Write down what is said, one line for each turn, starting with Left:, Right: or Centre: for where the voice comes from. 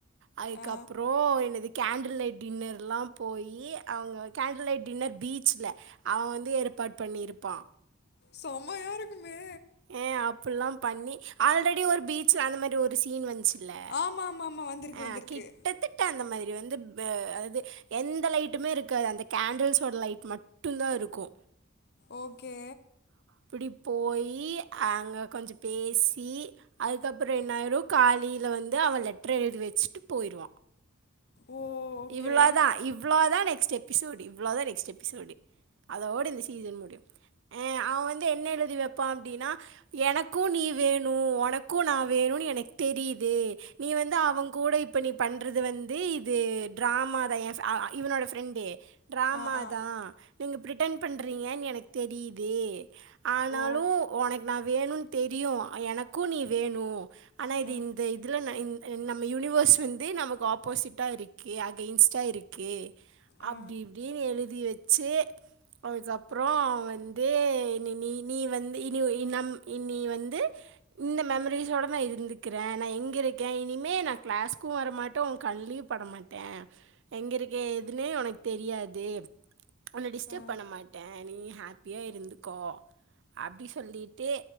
Right: அதுக்கப்றோ
Left: ஆ,
Right: என்னது கேண்டில் லைட் டின்னர்லா போயி அவுங்க கேண்டில் லைட் டின்னர் பீச்ல அவ வந்து ஏற்பாட் பண்ணிர்ப்பா
Left: சொமயாருக்குமே
Right: ஏ அப்புல்லா பண்ணி ஆல்ரெடி ஒரு பீச்ல அந்த மாரி ஒரு சீன் வன்ச்சு ல
Left: ஆமா ஆமா ஆமா வந்திருக்கு
Right: ஆ
Left: வந்திருக்கு
Right: கிட்டத்தட்ட அந்த மாரி இது வந்து பே அதாது எந்த லைட்டுமே இருக்காது அந்த கேண்டில்ஸோட லைட் மட்டுந்தா இருக்கு
Left: ஓகே
Right: இப்டி போய் யி அங்க கொஞ்சொ பேசி அதுக்கப்பறொ என்னாயிரு காலீல வந்து அவ லெட்டர் எழுதி வெச்சிட்டு போயிருவா
Left: ஓ ஓகே
Right: இவ்ளோதா இவ்ளோதா நெக் க்ஸ்ட் எபிசோடு இவ்ளோதா நெக்ஸ்ட் எபிசோடு அதோட இந்த சீசன் முடியு அ அவ வ ந்து என்ன எழுதி வெப்பா அப்டின்னா எனக்கு நீ வேணு ஒனக்கு நா வேணுனு எனக் தெரியிது நீ வந்து அவங் கூட இப்ப நீ பண்றது வந்து இது ட்ராமாதா எ ஃப அ இவனோட ஃப்ரெண்டு ட்ராமாதா
Left: ஆ ஆ
Right: நீங்க ரிட்டன் பண்றீங்கன் எனக் தெரியிது ஆனாலு
Left: ஓ
Right: ஒனக்கு நா வேணுன் தெரியு எனக்கு நீ வேணு ஆனா இது
Left: ஆ
Right: இந்த இதுல நைன் அ நம்ம யூனிவர்ஸ் வந்து நமக்கு ஆப்போசிட்டா இருக் கே அகைன்ஸ்டா இருக்கு
Left: ஆ
Right: அப்டி இப்டின்னு எழுதி வச் ச்சு அதுக்கப்றோ வந்து நீ நீ நீ வந்து இனி நம் நீ வந்து இந்த மெமரிஸோட நா இருந்துக்குற நா எங்க இருக்க இனிமே நா க்ளாஸ்க்கு வரமாட்ட ஓங் கண்லயு பட மாட் டே எங்க இருக்கே ஏதுன்னே ஒனக்கு தெரியாது உன்ன டிஸ்டர்ப்
Left: ஆ.
Right: பண்ண மாட்ட நீ ஹேப் பியா இருந்துக்கோ அப்டி சொல்லிட்டு